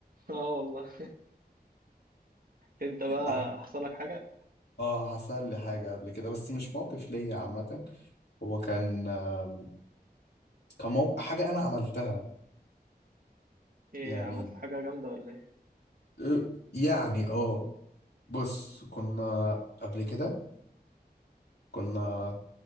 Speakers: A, on the right (about 60°); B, on the left (about 85°).
A: اه والله انت بقى
B: اه
A: حصل لك حاجة
B: آه، حصل لي حاجه قبل كده بس مش موقف ليا عامه هو كان آم، كان موقف حاجه انا عملتها
A: ايه
B: يعني
A: عملت حاجة جامدة ولا ايه
B: آه، يعني اه بص كنا قبل كده كنا